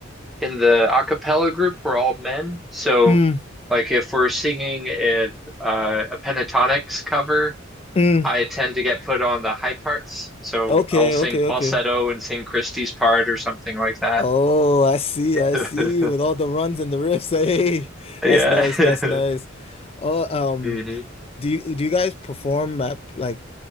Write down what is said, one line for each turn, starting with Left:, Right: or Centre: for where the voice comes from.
Centre: in the a cappella group we're all men. So
Left: Mm,
Centre: like if we're singing a uh, a pentatonics cover,
Left: mm.
Centre: I tend to get put on the high parts. So
Left: Okay,
Centre: I'll sing
Left: okay, okay.
Centre: falsetto and sing Christie's part or something like that.
Left: Oh, I see.
Centre: <laughs>
Left: I see. With all the runs and the riffs. <laughs> Hey,
Centre: Yeah.
Left: that's nice. That's
Centre: <laughs>
Left: nice. Oh, um,
Centre: hmm
Left: do you do you guys perform at like